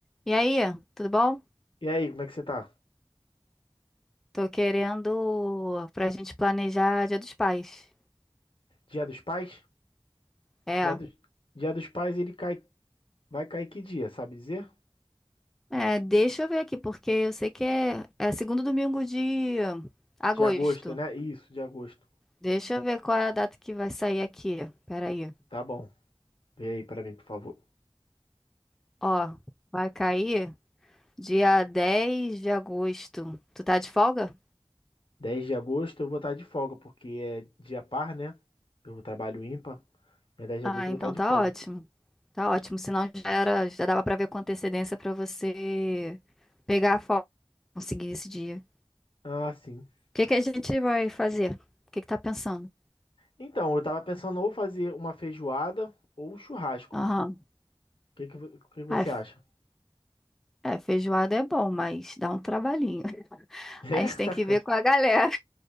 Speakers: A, in the centre; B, on the left.
A: E aí, tudo bom?
B: E aí, como é que você tá?
A: Tô querendo pra gente planejar Dia dos Pais.
B: Dia dos Pais?
A: É,
B: Dia dos, dia dos Pais ele cai, vai cair que dia, sabe dizer?
A: é, deixa eu ver aqui, porque eu sei que é, é segundo domingo de agosto.
B: De agosto, né? Isso, de agosto.
A: Deixa eu ver qual é a data que vai sair aqui. Pera aí.
B: Tá bom. Vê aí pra mim, por favor.
A: Ó, vai cair dia 10 de agosto. Tu tá de folga?
B: 10 de agosto eu vou estar de folga, porque é dia par, né? Eu trabalho ímpar. É 10 de
A: Ah,
B: agosto eu
A: então
B: vou estar de
A: tá
B: folga.
A: ótimo. Tá ótimo, senão já era, já dava pra ver com antecedência pra você pegar a folga, conseguir esse dia.
B: Ah, sim.
A: O que que a gente vai fazer? O que que tá pensando?
B: Então, eu tava pensando ou fazer uma feijoada ou um churrasco.
A: Aham.
B: O que que, vo- o que que você
A: Ah, f-
B: acha?
A: é, feijoada é bom, mas dá um trabalhinho. <laughs>
B: <laughs>
A: A gente tem que ver com a galera.